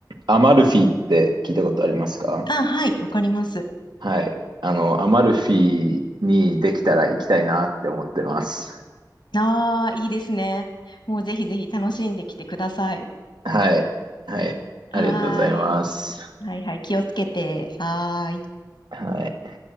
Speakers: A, on the right (about 80°); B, on the left (about 85°).
A: アマルフィって聞いたことありますか
B: あ、はい。わかります。
A: はい、あの、アマルフィにできたら行きたいなって思ってます。
B: ああ、いいですね。もうぜひぜひ楽しんできてください。
A: はい、はい、
B: はーい。
A: ありがとうございます。
B: はいはい。気をつけて。はーい。
A: はい。